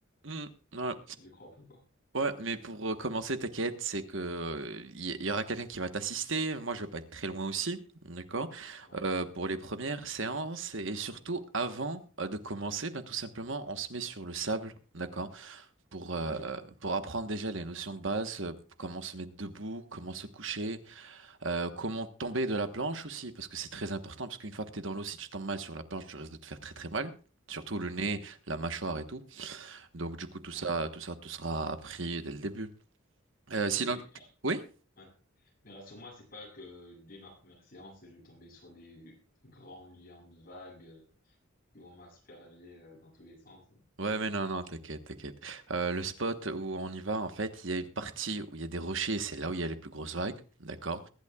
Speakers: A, on the right (about 65°); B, on the left (about 45°).
A: Mhm. Ouais,
B: Je crois un peu, quoi.
A: Ouais, mais pour euh, commencer, t'inquiète, c'est que euh, il y, il y aura quelqu'un qui va t'assister. Moi, je vais pas être très loin aussi, d'accord?
B: Ouais.
A: Euh, pour les premières séances et, et surtout avant euh, de commencer, ben tout simplement, on se met sur le sable, d'accord? Pour euh,
B: Ok.
A: pour apprendre déjà les notions de base, euh, comment se mettre debout, comment se coucher, euh, comment tomber de la planche aussi, parce que c'est très important, parce qu'une fois que t'es dans l'eau, si tu tombes mal sur la planche, tu risques de te faire très très mal. Surtout le
B: Oui,
A: nez,
B: oui.
A: la mâchoire et tout. Donc du coup tout
B: Ouais.
A: ça, tout ça, tout sera appris dès le début. Euh,
B: Ok,
A: sinon,
B: mais
A: oui?
B: euh, ouais. Mais rassure-moi, c'est pas que dès ma première séance, je vais tomber sur des grandes géantes vagues euh, qui vont m'asperger euh, dans tous les sens.
A: Ouais, mais non, non, t'inquiète, t'inquiète. Euh, le spot où on y va, en fait, il y a une partie où il y a des rochers, c'est là où il y a les plus grosses vagues, d'accord?